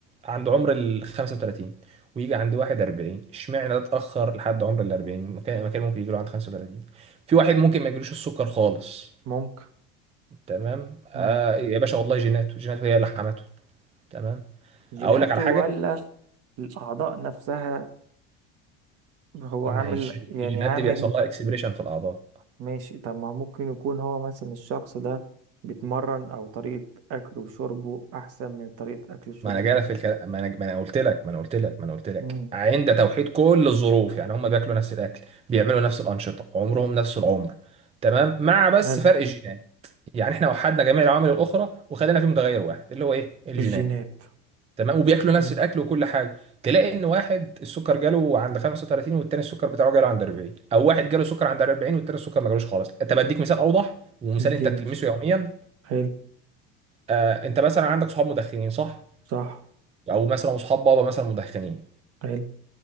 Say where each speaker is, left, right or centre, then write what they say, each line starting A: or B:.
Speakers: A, on the right; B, on the right.
A: عند عمر ال 35 ويجي عند واحد 40 اشمعنى ده اتاخر لحد عمر ال 40 مكان مكان ممكن يجي له عند 35 في واحد ممكن ما يجيلوش السكر خالص
B: ممكن
A: تمام آه
B: امم
A: يا باشا والله جيناته جيناته هي اللي حمته تمام
B: جيناته
A: اقول لك على حاجه
B: ولا الأعضاء نفسها هو
A: ما
B: عامل
A: هي الج-
B: يعني
A: الجينات
B: عامل
A: دي بيحصل لها اكسبريشن في الاعضاء
B: ماشي طب ما هو ممكن يكون هو مثلا الشخص ده بيتمرن او طريقة اكله وشربه احسن من طريقة اكل الشرب
A: ما انا
B: ده
A: جاي في الكلام ما انا ما انا قلت لك ما انا قلت لك ما انا قلت لك
B: مم.
A: عند توحيد كل الظروف يعني هم بياكلوا نفس الاكل بيعملوا نفس الانشطه عمرهم نفس العمر تمام مع بس
B: حلو
A: فرق الجينات يعني احنا وحدنا جميع العوامل الاخرى وخلينا في متغير واحد اللي هو ايه الجينات
B: الجينات
A: تمام وبياكلوا نفس
B: فاهم
A: الاكل وكل حاجه تلاقي ان واحد السكر جاله عند 35 والتاني السكر بتاعه جاله عند 40 او واحد جاله سكر عند 40 والتاني السكر ما جالوش خالص طب اديك مثال اوضح ومثال
B: اديني
A: انت بتلمسه
B: مثال
A: يوميا
B: حلو
A: آه انت مثلا عندك صحاب مدخنين صح
B: صح
A: او مثلا صحاب بابا مثلا مدخنين
B: حلو